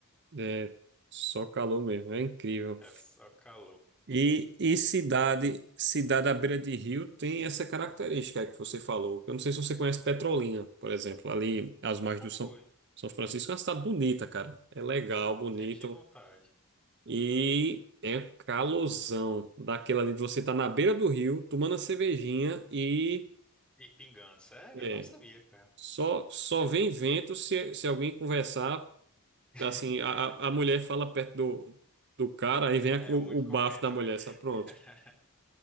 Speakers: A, on the right; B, in the centre.
A: É só calor mesmo, é incrível.
B: É só calor, pô.
A: E, e cidade,
B: desesperador.
A: cidade à beira de rio tem essa característica que você falou. Eu não sei se você conhece Petrolina, por exemplo, ali às margens
B: Nunca
A: do
B: fui,
A: São, São Francisco. É uma cidade bonita, cara. É legal, bonito.
B: sempre tive vontade.
A: E é um calorzão daquela ali de você estar na beira do rio, tomando a cervejinha e
B: E pingando, sério?
A: é,
B: Não sabia, cara.
A: só, só vem vento se, se alguém conversar.
B: <laughs>
A: Assim, a, a a mulher fala perto do, do cara, aí vem a-
B: É,
A: o,
B: o único
A: o bafo
B: vento,
A: da mulher,
B: né?
A: sabe? Pronto.
B: <laughs>